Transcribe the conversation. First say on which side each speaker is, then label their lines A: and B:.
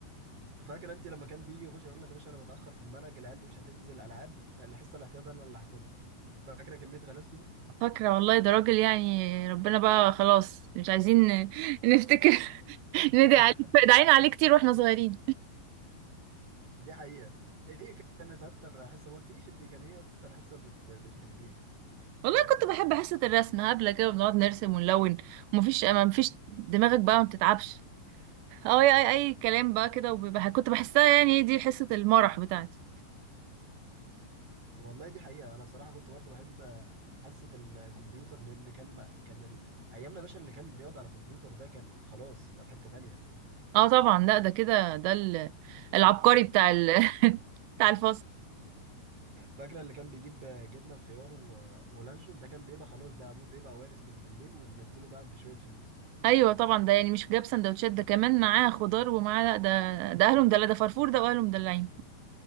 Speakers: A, on the right (about 35°); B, on the right (about 85°).
A: فاكر انت لما كان بيجي يخش يقول لك يا باشا انا متاخر في المنهج العيال دي مش هتنزل العاب الحصه الاحتياطي انا اللي هاخدها فاكره كميه غلاسته دي
B: فاكره والله ده راجل يعني ربنا بقى خلاص مش عايزين ن- نفتكر <laughs> ندعي
A: <laughs>
B: عليه دعينا عليه كتير واحنا صغيرين
A: دي حقيقه ايه كانت اكتر حصه ما قلتليش انت كان ايه اكتر حصه بت... بتحبيها
B: والله كنت بحب حصة الرسم هبلة كده بنقعد نرسم ونلون ومفيش ما مفيش دماغك بقى ما بتتعبش اه اي اي أي كلام بقى كده وبيبقى كنت بحسها يعني دي حصة المرح بتاعتي
A: والله دي حقيقه انا بصراحه كنت برضو بحب حصه ال- الكمبيوتر لان كان ما... كان ال... ايامنا يا باشا اللي كان بيقعد على الكمبيوتر ده كان خلاص ده في حته تانيه
B: اه طبعا لا ده كده ده ال- العبقري بتاع ال... <laughs> بتاع الفصل
A: فاكرة اللي كان بيجيب جبنة بخيار و... ولانشون ده كان بيبقى خلاص ده أبوه بيبقى وارث من بالليل ومنزله بقى بشوية فلوس
B: ايوه طبعا ده يعني مش جاب سندوتشات ده كمان معاه خضار ومعاه لا ده ده اهله مدلع ده فرفور ده واهله مدلعين